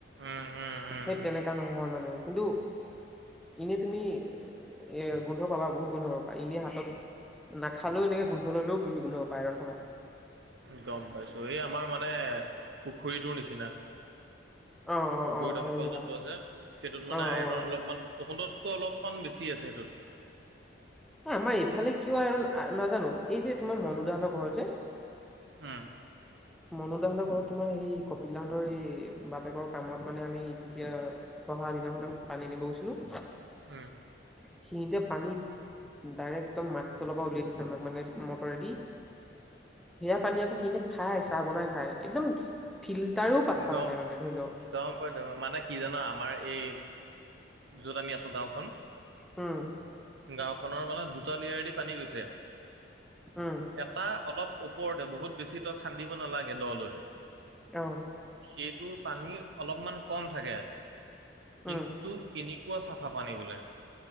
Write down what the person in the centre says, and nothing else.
সেই তেনেকুৱা নহয় মানে, কিন্তু এনে তুমি এ গোন্ধ পাবা বহুত গোন্ধ পাবা এনেই হাতত নাখালেও এনেকে গোন্ধ ললেও তুমি গোন্ধ পাবা আইৰণ থাকা
অ অ
অ
সেই তেনেকা
অ
অ
আমাৰ ইফালে কিয় আইৰণ নাজানো, এই যে তোমাৰ মনো দানৰ ঘৰত যে
মনো দাহঁতৰ ঘৰত তোমাৰ সেই কপিল দাহঁতৰ এই বাপেকৰ কামত মানে আমি যেতিয়া দহা দিনাখন আ <unintelligible> পানী আনিব গৈছিলোঁ
খিতে <unintelligible> পানীত ডাইৰেক্ট একদম মাটিৰ তলৰ পৰা উলিয়াই দিছে আমাক মানে মটৰেদি সেয়া পানী আকৌ সিহঁতে খাই চাহ বনাই খাই, একদম ফিল্টাৰো পাত্তা
নাপায় মানে ধৰি ল'।
উম।
উম
অ'।
উম